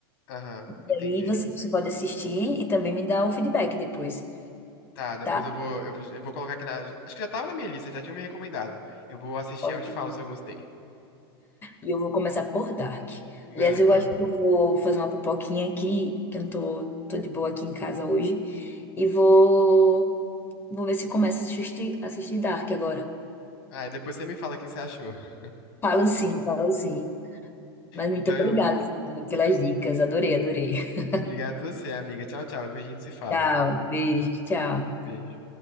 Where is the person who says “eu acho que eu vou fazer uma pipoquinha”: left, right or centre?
Left